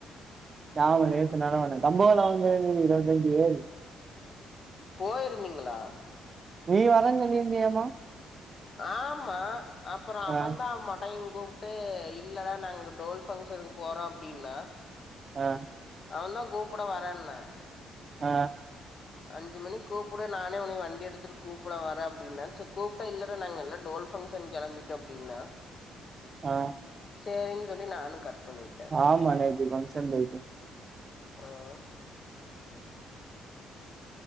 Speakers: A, on the right; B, on the left.
A: பாவு நேத்து நக வேலை தம்போல <unintelligible>
B: போயிருந்தீங்களா
A: நீ வரன்னு சொல்லி இருந்தியாமா
B: ஆமா அப்பற அவதா
A: ஆ
B: மடையன் கூப் ட்டு இல்லடா நாங்க டோல் பங்க்ஷனுக்கு போறோ அப்டின்னா
A: ஆ
B: அவந் தா கூப்பட வரேன்னா
A: ஆ
B: அஞ்சு மணி கூப்புடு நானே உன்னைய வண்டி எடுத்துட்டு கூப்பட வர அப்டின்ன சேரி கூப்டா இல்லடா நாங்கல்ல டோல் ஃபங்க்ஷன் கெளம்பிட்டு அப்டின்னா
A: ஆ
B: சேரின்னு சொல்லி நானு கட் பண்ணின்
A: ஆமா நேத்தி ஃபங்கஷன் போய்ட்ட
B: ஆ ஆ